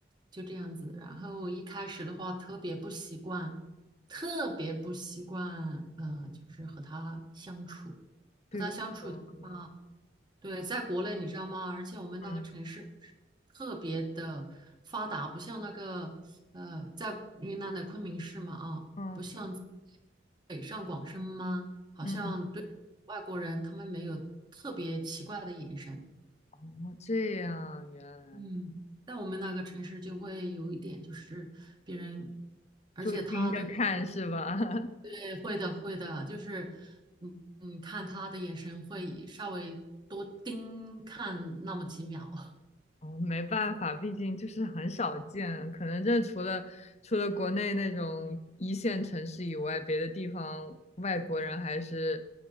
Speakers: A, on the right; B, on the left.
A: 就这样子。然后一开始的话，特别不习惯，特别不习惯，嗯、就是和他相处，
B: 比如说呢？
A: 和他相处的话。对，在国内你知道吗？而且我们那个城市
B: 嗯
A: 特别的发达，不像那个呃，在云南的昆明市嘛啊，
B: 嗯
A: 不像北上广深吗？好像对外国人他们没有特别奇怪的眼神。
B: 嗯，哦，这样，原来
A: 嗯，在我们那个城市就会有一点，就是别人，而且他的
B: 就盯着看是吧？<laughs>
A: 对，会的会的，就是嗯嗯，看他的眼神会稍微多盯看那么几秒。
B: 哦，没办法，毕竟就是很少见，可能这除了除了国内那种一线城市以外，别的地方外国人还是